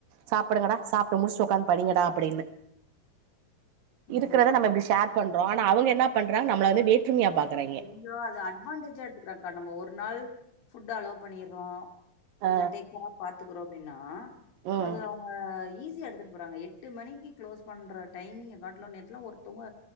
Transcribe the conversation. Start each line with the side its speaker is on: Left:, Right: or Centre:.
Right: சாப்படுங்கடா சாப்ட்டு முடிச்சு உக்காந்து படிங்கடா அப்படின்னே
Left: ம்.
Right: இருக்கிறதை நம்ம இப்டி ஷேர் பண்றோ ஆனா அவங்க என்ன பண்றாங் நம்மள வந்து வேற்றுமையா பாக்குறாய்ங்க
Left: தோ அத அட்வான்டேஜா எடுத்துக்கறான்கா நம்ம ஒரு நாள் ஃபுட் அலோ பண்ணிறோ கொஞ்ச
Right: ஆ
Left: டேக்கேரா பாத்துக்கறோ அப்படின்னா
Right: ம்
Left: அது ஆ ஈஸியா எடுத்துட்டு போறாங்க எட்டு மணிக்கு க்ளோஸ் பண்ற டைமிங் காட்லு நேத்துலா ஒருத்தவங்க